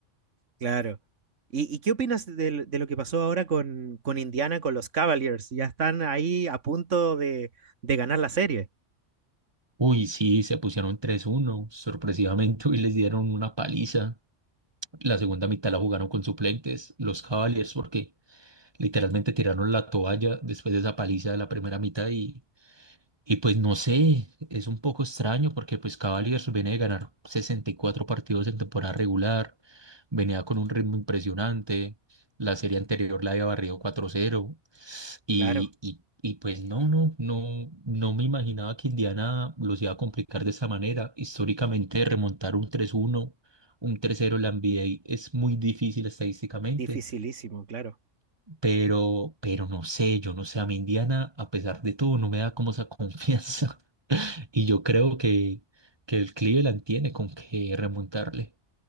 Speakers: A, on the right; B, on the right.
A: Claro. ¿Y, y qué opinas del- de, lo que pasó ahora con, con Indiana, con los Cavaliers? Ya están ahí a punto de, de ganar la serie.
B: Uy, sí, se pusieron tres uno sorpresivamente, <laughs> y les dieron una paliza. La segunda mitad la jugaron con suplentes, los Cavaliers, porque literalmente tiraron la toalla después de esa paliza de la primera mitad y, y pues no sé, es un poco extraño porque pues Cavaliers viene de ganar 64 partidos en temporada regular, venía con un ritmo impresionante, la serie anterior la había barrido cuatro cero y,
A: Claro,
B: y, y pues no, no, no, no me imaginaba que Indiana los iba a complicar de esa manera. Históricamente, remontar un tres uno un tres cero en la NBA es muy difícil estadísticamente,
A: dificilísimo, claro.
B: pero, pero no sé, yo no sé, a mí Indiana, a pesar de todo, no me da como esa confianza. <laughs> Y yo creo que, que el Cleveland tiene con qué remontarle.